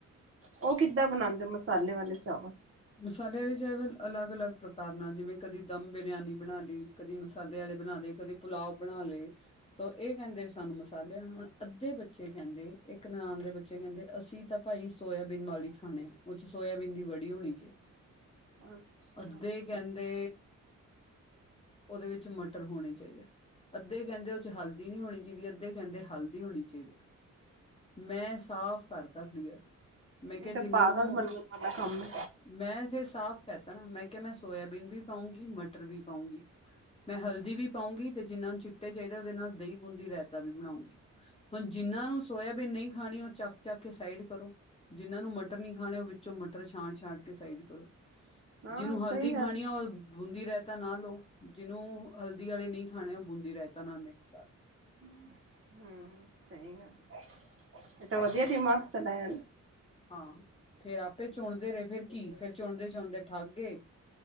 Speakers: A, on the right; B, on the left.
A: ਉਹ ਕਿੱਦਾਂ ਬਣਾਂਦੇ ਮਸਾਲੇ ਵਾਲੇ ਚਾਵਲ?
B: ਮਸਾਲੇ ਵਾਲੇ ਚਾਵਲ ਅਲੱਗ-ਅਲੱਗ ਪ੍ਰਕਾਰ ਨਾਲ ਜਿਵੇਂ ਕਦੀ ਦਮ ਬਰਿਆਨੀ ਬਣਾ ਲਈ, ਕਦੀ ਮਸਾਲੇ ਵਾਲੇ ਬਣਾ ਲੇ, ਕਦੇ ਪੁੱਲਾਓ ਬਣਾ ਲਏ। ਤੋ ਇਹ ਕਹਿੰਦੇ ਵੀ ਸਾਨੂੰ ਮਸਾਲਿਆ ਹੁਣ ਅੱਧੇ ਬੱਚੇ ਕਹਿੰਦੇ, ਇੱਕ ਨਨਾਣ ਦੇ ਬ ਬੱਚੇ ਕਹਿੰਦੇ, ਅਸੀਂ ਤਾਂ ਭਾਈ ਸੋਇਆਬੀਨ ਨਾਲ ਈ ਖਾਣੇ, ਓਦੇ 'ਚ ਸੋਇਆਬੀਨ ਦੀ ਵੜੀ ਹੋਣੀ ਠੀਕ ਹੈ,
A: ਅੱਛਾ।
B: ਅੱਧੇ ਕਹਿੰਦੇ ਉਹਦੇ ਵਿੱਚ ਮਟਰ ਹੋਣੇ ਚਾਹੀਦੇ ਆ, ਅੱਧੇ ਕਹਿੰਦੇ ਉ 'ਚ ਹਲਦੀ ਨੀ ਹੋਣੀ ਚਾਹੀਦੀ ਅੱਧੇ ਕਹਿੰਦੇ ਹਲਦੀ ਹੋਣੀ ਚਾਹੀਦੀ ਹੈ। ਮੈਂ ਸਾਫ਼ ਕਰਤਾ, ਕਲੀਅਰ, ਮੈਂ
A: ਇਹ
B: ਕਿਹਾ,
A: ਤਾਂ
B: ਜਿਨਾਂ
A: ਪਾਗਲ
B: ਨੂੰ
A: <unintelligible> ਕੰਮ
B: ਮੈਂ ਫੇਰ ਸਾਫ਼ ਕਹਿਤਾ ਨਾ, ਮੈਂ ਕਿਹਾ ਮੈਂ ਸੋਇਆਬੀਨ ਵੀ ਪਾਊਂਗੀ ਮਟਰ ਵੀ ਪਾਊਂਗੀ। ਮੈਂ ਹਲਦੀ ਵੀ ਪਾਉਂਗੀ, ਤੇ ਜਿੰਨਾ ਨੂੰ ਚਿੱਟੇ ਚਾਹੀਦੇ ਉਹਦੇ ਨਾਲ ਦਹੀਂ ਬੂੰਦੀ ਰਾਇਤਾ ਵੀ ਬਣਾਉਂਗੀ। ਹੁਣ ਜਿਨਾਂ ਨੂੰ ਸੋਇਆਬੀਨ ਨਹੀਂ ਖਾਣੀ, ਉਹ ਚੱਕ-ਚੱਕ ਕੇ ਸਾਈਡ ਕਰੋ, ਜਿਹਨਾਂ ਨੂੰ ਮਟਰ ਨਹੀਂ ਖਾਣੇ, ਉਹ ਵਿੱਚੋਂ ਮਟਰ ਛਾਣ-ਛਾਣ ਸਾਈਡ ਕਰੋ,
A: ਹਾਂ
B: ਜਿਹਨੂੰ ਹਲਦੀ
A: ਸਹੀ ਗੱਲ
B: ਖਾਣੀ ਆ ਉਹ ਬੂੰਦੀ ਰਾਇਤਾ ਨਾ ਲੋਓ, ਜਿਹਨੂੰ ਹਲਦੀ ਵਾਲੇ ਨਹੀਂ ਖਾਣੇ ਉਹ ਬੂੰਦੀ ਰਾਇਤਾ ਨਾਲ ਮਿਕਸ ਕਰਲੋ।
A: ਹਮ, ਸਹੀ ਗੱਲ! ਇਹ ਤਾਂ ਵਧੀਆ ਦਿਮਾਗ਼ ਤੁਹਾਡਾ ਯਾਰ।
B: ਹਾਂ, ਫੇਰ ਆਪੇ ਚੁਣਦੇ ਰਹੇ ਫੇਰ ਕੀ ਫੇਰ ਚੁਣਦੇ-ਚੁਣਦੇ ਥੱਕ ਗਏ,